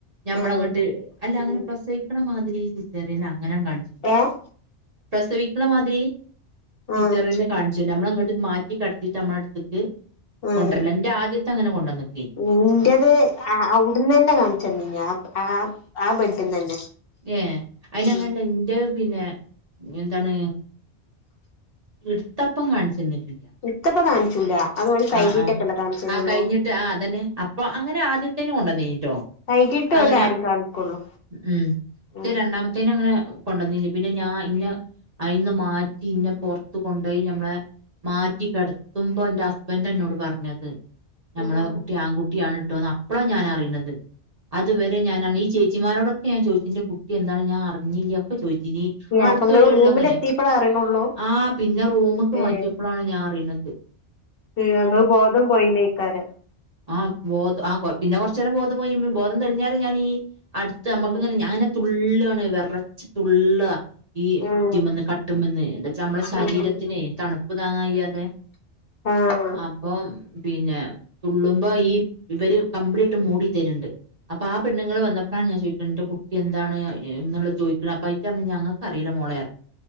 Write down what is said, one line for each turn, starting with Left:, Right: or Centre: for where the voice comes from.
Right: ഞമ്മളെങ്ങട്ട്
Left: ആഹ്
Right: അല്ല അങ്ങനെ
Left: ഉം
Right: പ്രസവിക്കണമാതിരി സിസേറിയനാ അങ്ങനൊന്നും കാണിച്ചു തരൂല.
Left: ഏഹ്
Right: പ്രസവിക്കണ മാതിരി സിസേറിയനെകാണിച്ചു
Left: ആഹ്
Right: തരൂല. നമ്മളങ്ങട് മാറ്റി കടത്തിട്ട് നമ്മടെ അടുത്തക്ക്
Left: ആഹ്
Right: കൊണ്ടുവരല. എന്റെ ആദ്യ ത്തെ അങ്ങനെ കൊണ്ടന്ന്
Left: ഇന്റത് അ അവിടന്ന് തന്നെ കാണിച്ചന്നേനി ആ ആ ആ ബെഡിന്ന് തന്നെ.
Right: ഏ അയിന്
Left: ഉം
Right: അങ്ങനല്ല എന്റെ പിന്നെ എന്താണ് എടുത്തപ്പം കാണിച്ചെന്നി ല്ല.
Left: ഇത്തപ്പ കാണിച്ചൂല അത് ഓല് കഴുകിട്ടൊക്കെല്ലേ
Right: ആ ആ
Left: കാണിച്ചരുള്ളൂ
Right: ആ കഴിഞ്ഞിട്ട് ആ അതന്നെ അപ്പൊ അങ്ങനെ ആദ്യ ത്തേന് കൊണ്ടൊന്നേനീട്ടോ
Left: കഴുകിയിട്ട്
Right: അങ്ങനെ
Left: ഓല് ആരും കാണിക്കുള്ളൂ
Right: ഉം
Left: ഉം
Right: രണ്ടാമത്തേന് അങ്ങനെ അങ്ങനെ കൊണ്ടുവന്നില്ല പിന്നെ ഞാൻ ഇന്നെ അയിന്ന് മാറ്റി ഇന്നെ പുറത്തു കൊണ്ടുപോയി ഞമ്മളെ മാറ്റി കെടത്തുമ്പോന്റെ ഹസ്ബൻഡ് എന്നോട് പറഞ്ഞത് ഞമ്മളെ
Left: ഉം
Right: കുട്ടി ആങ്കുട്ടിയാണ് ട്ടോന്ന് അപ്പളാ ഞാനറിയണത്. അതുവരെ ഞാൻ അണ് ഈ ചേച്ചിമാരോടൊക്കെ ഞാൻ ചോയ്ച്ച് എന്റെ കുട്ടി എന്താണ് ഞാൻ അറിഞ്ഞില്ല്യ ഒക്കെ ചോയ് ഇനി നമ്മടെടുത്ത്
Left: അപ്പൊ ഇങ്ങള്
Right: വരുവല്ലോങ്ങനെ
Left: റൂമിലെത്തിയപ്പളാ അറിയണുള്ളൂ
Right: ആ പിന്നെ റൂമ്ക്ക്
Left: ഏ
Right: മാറ്റിയപ്പോഴാണ് ഞാ അറിയ്ണത്.
Left: ഞങ്ങള് ബോധം പോയി ഇനീക്കാന്.
Right: ആ ബോധം ആ കൊ പിന്നെ കൊറച്ചേരം ബോധം പോയി ബോധം തെള്ഞ്ഞാലാ ഞാനീ അടുത്ത് അമ്മക്ക്ങ്ങനെ
Left: ഉം
Right: ഞാനാ തുള്ളാണ് വിറച്ച് തുള്ളാ. ഈ
Left: ഉം
Right: ഇതിമ്മ്ന്ന് കട്ടുമന്ന് നമ്മളെ ശരീരത്തിനെ
Left: ഉം
Right: തണുപ്പ് താങ്ങാകയ്യാതെ
Left: ആഹ്
Right: അപ്പൊം പിന്നെ തുള്ളുമ്പോ ഈ ഇവര് കമ്പിളിട്ട് മൂടി തരുണ്ട് അപ്പൊ ആ പെണ്ണുങ്ങള് വന്ന ഞാൻ ചോദിക്കണ്ട് ന്റെ കുട്ടി എന്താണ് എന്നുള്ള ചോദിക്കണ് അപ്പയിറ്ററഞ്ഞ് ഞങ്ങക്കറില്ല മോളെ റഞ്ഞ്